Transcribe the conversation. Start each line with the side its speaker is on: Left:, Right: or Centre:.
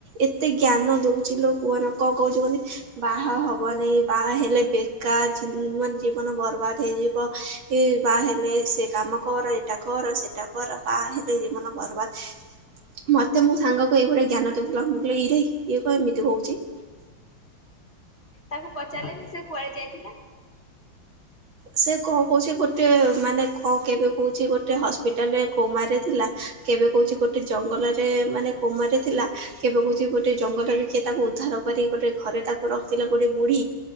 Right: ଏତେ ଜ୍ଞାନ ଦଉଛି ଲୋ କୁହନା କଣ କହୁଛି କୁହନି ବାହା ହବନାଇ ବା ହେଲେ ବେକାର ମାନ ଜୀବନ ବର୍ବାଦ ହେଇଯିବ ବା ହେଲେ ସେ କାମ କର ଏଇଟା କର ସେଇଟା କର ବା ହେଲେ ଜୀବନ ବରବାଦ ମତେ ମୁଁ ସାଙ୍ଗ କି ଏଇଭଳିଆ ଜ୍ଞାନ ଦଉଥିଲା ମୁଁ କଇଲି ଇରେ ଇଏ କଣ ଏମିତି ହଉଛି।
Left: ତାକୁ ପଚାରିଲେନି ସେ କୁଆଡେ ଯାଇଥିଲା?
Right: ସେ କଣ କହୁଛି ଗୋଟେ ମାନେ କଣ କେବେ କହୁଛି ଗୋଟେ ହସ୍ପିଟାଲରେ କୋମାରେ ଥିଲା। କେବେ କହୁଛି ଗୋଟେ ଜଙ୍ଗଲରେ ମାନେ କୋମାରେ ଥିଲା କେବେ କହୁଛି ଗୋଟେ ଜଙ୍ଗଲରେ କିଏ ତାକୁ ଉଦ୍ଧାର କରିକି ଗୋଟେ ଘରେ ତାକୁ ରଖିଥିଲା ଗୋଟେ ବୁଢ଼ୀ